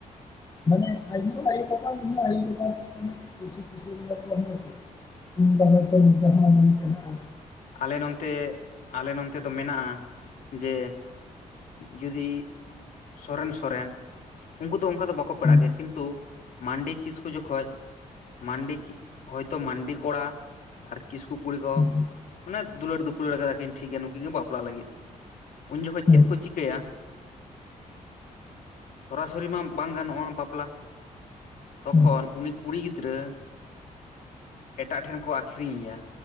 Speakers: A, on the left; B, on the left.
A: ᱢᱟᱱᱮ ᱟᱭᱩ ᱟᱭᱩ-ᱵᱟᱵᱟ <unintelligible> <unintelligible> ᱟᱨ
B: ᱟᱞᱮ ᱱᱚᱱᱛᱮ ᱟᱞᱮ ᱱᱚᱱᱛᱮ ᱫᱚ ᱢᱮᱱᱟᱜᱼᱟ ᱡᱮ ᱡᱩᱫᱤ ᱥᱚᱨᱮᱱ-ᱥᱚᱨᱮᱱ ᱩᱱᱠᱩ ᱫᱚ ᱚᱱᱠᱟ ᱫᱚ ᱵᱟᱠᱚ ᱯᱮᱲᱟᱜ
A: ᱦᱩᱸ
B: ᱜᱮᱭᱟ ᱠᱤᱱᱛᱩ ᱢᱟᱱᱰᱤ ᱠᱤᱥᱠᱩ ᱡᱚᱠᱷᱚᱡ ᱢᱟᱱᱰᱤ ᱠᱤ ᱦᱚᱭᱛᱚ ᱢᱟᱱᱰᱤ ᱠᱚᱲᱟ ᱟᱨ ᱠᱤᱥᱠᱩ ᱠᱩᱲᱤ ᱠᱚ
A: ᱦᱩᱸᱸ
B: ᱢᱟᱱᱮ ᱫᱩᱞᱟᱹᱲ ᱫᱩᱯᱩᱞᱟᱹᱲ ᱠᱟᱫᱟᱠᱤᱱ ᱴᱷᱤᱠ ᱜᱮᱭᱟ ᱱᱩᱠᱤᱱ ᱠᱤᱱ ᱵᱟᱯᱞᱟᱜ ᱞᱟᱹᱜᱤᱫ ᱩᱱ ᱡᱠᱷᱚᱱ ᱪᱮᱫ
A: ᱦᱮᱸ
B: ᱠᱚ ᱪᱤ ᱠᱟ. ᱭᱟ ᱥᱚᱨᱟᱥᱚᱨᱤ ᱢᱟ ᱵᱟᱝ ᱜᱟᱱᱚᱜᱼᱟ ᱵᱟᱯᱞᱟ ᱛᱚᱠᱷᱚᱱ
A: ᱦᱮᱸ
B: ᱩᱱᱤ ᱠᱩᱲᱤ ᱜᱤᱫᱽᱨᱟᱹ ᱮᱴᱟᱜ ᱴᱷᱮᱱ ᱠᱚ ᱟᱠᱷᱨᱤᱧᱮᱭᱟ,